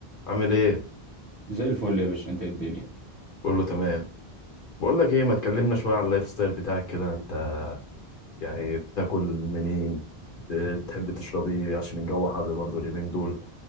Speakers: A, on the left; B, on the right.
A: عامل ايه
B: زي الفل يا باشا انت ايه الدنيا
A: بقول له تمام بقول لك ايه ما تكلمنا شويه على اللايف ستايل بتاعك كده انت يعني بتاكل منين بتحب تشرب ايه عشان الجو حر برضه اليومين دول